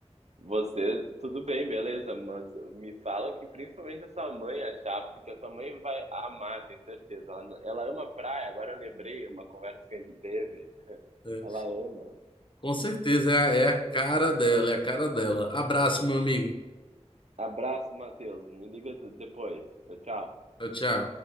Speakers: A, on the right; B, on the left.
A: Você, tudo bem, beleza, mas me fala o que principalmente a sua mãe achar, porque a sua mãe vai amar, tenho certeza. Ela, n- ela ama praia, agora eu lembrei uma conversa que a gente teve. <laughs>
B: É,
A: Ela ama.
B: com certeza é a é a cara dela, é a cara dela. Abraço, meu amigo.
A: Abraço, Matheus. Me liga de- depois. Tchau, tchau.
B: Tchau, tchau.